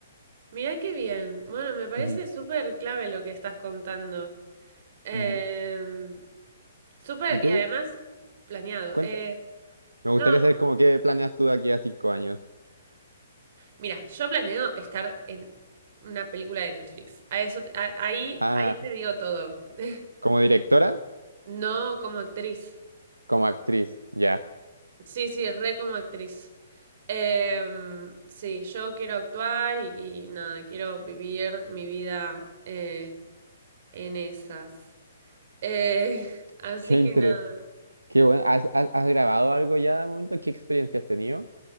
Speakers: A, on the right; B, on the right.
A: Mira qué bien. Bueno, me parece
B: <laughs> Ujú,
A: súper clave lo que estás contando. Eh,
B: ujú.
A: súper,
B: ¿Y tú?
A: y además, planeado.
B: Cuenta.
A: Eh,
B: Me gustaría
A: No,
B: saber cómo qué planeas tú de aquí a cinco años.
A: mira, yo planeo estar en una película de Netflix. A eso, te- a- ahí,
B: Ah,
A: ahí te digo todo. <laughs>
B: como directora.
A: No como actriz.
B: como actriz, ya.
A: Sí, sí, re como actriz. Em, sí, yo quiero actuar y, y nada, quiero vivir mi vida eh, en esas. Eh, <laughs>
B: <laughs>
A: así
B: Qué interés.
A: que nada.
B: Qué bueno. ¿Has, has- has grabado algo ya de momento? ¿Qué experiencia has tenido?